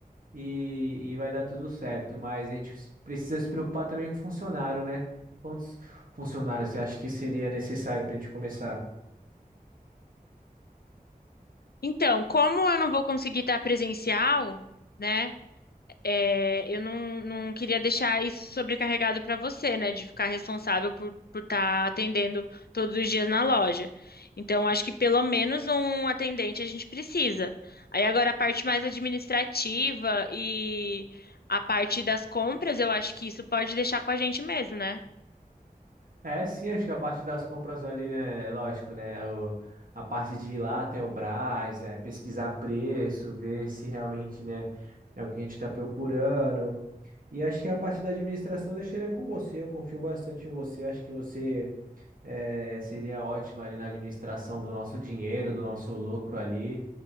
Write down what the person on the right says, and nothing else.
e, e vai dar tudo certo, mas a gente precisa se preocupar também com o funcionário, né? Quantos funcionários você acha que seria necessário pra gente começar?
É, sim, acho que a parte das compras ali, né? Lógico, né? o- a parte de ir lá até o Brás, é, pesquisar preço, ver se realmente, né, é o que a gente está procurando. E acho que a parte da administração eu deixaria com você. Eu confio bastante em você. Acho que você é, seria ótima ali na administração do nosso dinheiro, do nosso lucro ali.